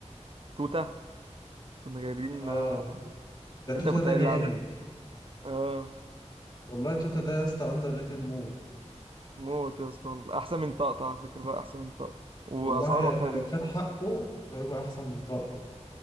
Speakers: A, on the right (about 50°); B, on the left (about 35°).
A: توته كنا جايبين
B: آه
A: آه،
B: ده
A: انت
B: توتا
A: كنت
B: ده
A: قايل
B: جامد
A: لي عليه اه
B: والله توتا ده يا اسطى أندر ريتد مود
A: موت يا اسطى احسن من طقطقة على فكرة بقى احسن من طقطقة واسعاره
B: والله يعني
A: حلو
B: لو خد حقه هيبقى أحسن من طقطق